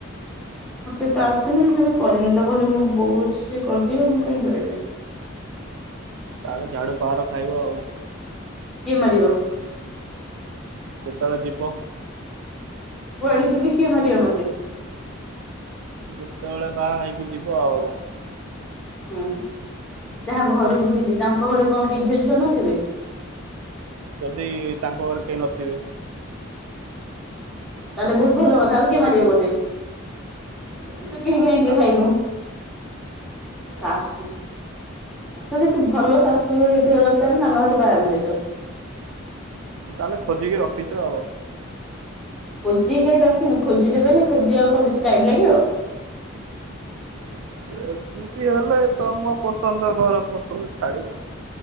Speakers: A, in the centre; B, on the right.
A: ମୋତେ ତ ଆସେନି ମୁଁ କେବେ କରିନି। ତ ଘରେ ମୁଁ ବୋଉ ଅଛି ସିଏ କରିଦିଅ ମୁଁ କାହିଁକି କରିବି।
B: ତାହେଲେ ଝାଡୁ ପାହାର ଖାଇବ ଆଉ।
A: କିଏ ମାରିବ?
B: ଯେତେଳେ ଯିବ।
A: କୁଆଡେ ଯିବି କିଏ ମାରିବା ମୋତେ?
B: ଯେତେବେଳେ ବାହା ହେଇକି ଯିବ ଆଉ।
A: ହୁଁ, ଯାହା ଘରକୁ ଯିବି ତାଙ୍କ ଘରେ କଣ କିଏ ଝିଅ ଛୁଆ ନଥିବେ?
B: ଯଦି ତାଙ୍କ ଘରେ କେହି ନଥିବେ?
A: ତାହେଲେ ବହୁତ ଭଲ କଥା ଆଉ କିଏ ମାରିବ ମୋତେ? ହୋଟେଲ୍ ରୁ କିଣିକି ଆଣିକି
B: ଶା
A: ଖାଇବୁ। ଶାଶୁ?
B: ଓହୋ
A: ଶାଶୁ ଯେ ସେ ଭଲ ଶାଶୁ ହେଇଥିବା ଦରକାର ନା, ନହେଲେ ବାହା ହେମିନି ତ।
B: ତାହେଲେ ଖୋଜିକି ରଖିଚ।
A: ଖୋଜିକି କାଇଁ ରଖିବି ଖୋଜି ଦେବେନି ଖୋଜିିବାକୁ କଣ ବେଶୀ ଟାଇମ ଲାଗିବ।
B: ସେମିତି ହେଲେ ତମ ପସନ୍ଦ ଘର ପସ ଛାଡ଼ିବ।